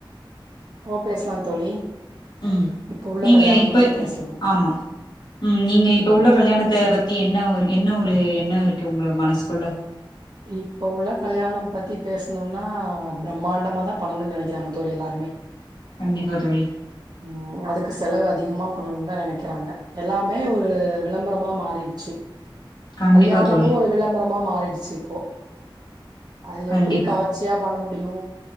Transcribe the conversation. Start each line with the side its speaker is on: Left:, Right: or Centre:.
Right: ஓ பேசலா தோழி
Left: ம்
Right: இப்ப உள்ள
Left: நீங்க
Right: கல்யாணம்
Left: இப்ப
Right: பத்தி பேசலாம்
Left: இப் ஆமா ம் நீங்க இப்ப
Right: ம்
Left: உள்ள கல்யாணத்த பத் த்தி என்ன ஒரு என்ன ஒரு எண்ண இருக்கு உங்க மனசுக்குள்ள
Right: இப்போ உள்ள கல்யாணம் பத்தி பேசணும்னா பிரம்மாண்டமா தா பண்ணணும்ன்னு நெனைக்கிறாங்க தோழி எல்லாருமே
Left: கண்டிப்பா தோழி
Right: ம் அதுக்கு செலவு அதிகமா பண்ணணுனு தா நெனைக்கிறாங்க எல்லாமே ஒரு விளம்பரமா மாறிடுச்சு
Left: கண்டிப்பா
Right: கல்யாணமு
Left: தோழி
Right: ஒரு விளம்பரமா மாறிடுச்சு இப்போ அது
Left: கண்டிப்பா
Right: எப்டி கவச் சியா பண்ண முடியு